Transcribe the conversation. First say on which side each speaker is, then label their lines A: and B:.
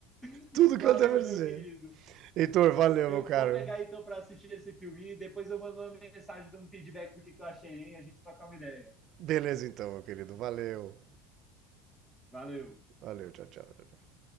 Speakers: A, in the centre; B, on the right.
A: <laughs>
B: Tudo que
A: Valeu,
B: eu tenho pra dizer.
A: meu querido.
B: Heitor, valeu,
A: Eu
B: meu caro.
A: vou pegar então para assistir esse filme e depois eu mando uma mensagem dando feedback do que, eu achei, hein? A gente troca uma ideia.
B: Beleza então, meu querido. Valeu.
A: Valeu!
B: Valeu, tchau, tchau. tchau, tchau.